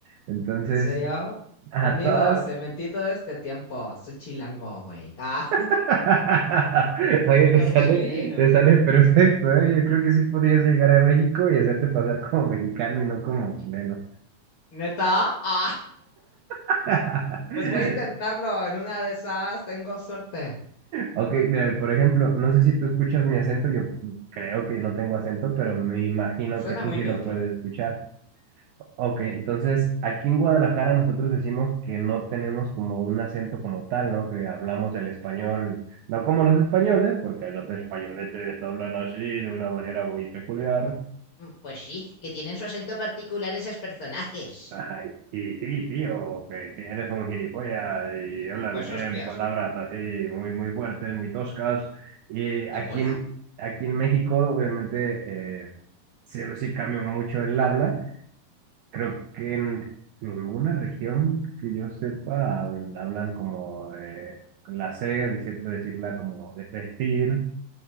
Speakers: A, on the right; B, on the left.
A: Entonces,
B: ¿En serio?
A: a
B: Amigo,
A: todas
B: te mentí todo este tiempo. Soy chilango, güey. Ah,
A: <laughs> Oye,
B: nunca
A: te sale,
B: fui chileno.
A: te sale perfecto, ¿eh? Yo creo que sí podrías llegar a México y hacerte pasar como mexicano y no como chileno.
B: ¿Neta? Ah,
A: <laughs>
B: pues voy a intentarlo. En una de esas tengo suerte.
A: Ok, mira, por ejemplo, no sé si tú escuchas mi acento, yo creo que no tengo acento, pero me imagino
B: Suena
A: que tú
B: muy
A: sí
B: neutro.
A: lo puedes escuchar. Ok, entonces aquí en Guadalajara nosotros decimos que no tenemos como un acento como tal, ¿no? Que hablamos el español, no como los españoles, porque los españoles eh, hablan así de una manera muy peculiar.
B: Mm, Pues sí, que tienen su acento particular esos personajes.
A: Ay, y sí, tío, que, que eres un gilipollas y hablan,
B: Mm, Pues
A: tienen
B: hostias,
A: palabras así muy, muy fuertes, muy toscas. Y aquí
B: que mola.
A: en, aquí en México, obviamente, eh, sí, sí cambió mucho el habla. Creo que en ninguna región que yo sepa habl- hablan como de con la C, decir- decirla como de decir,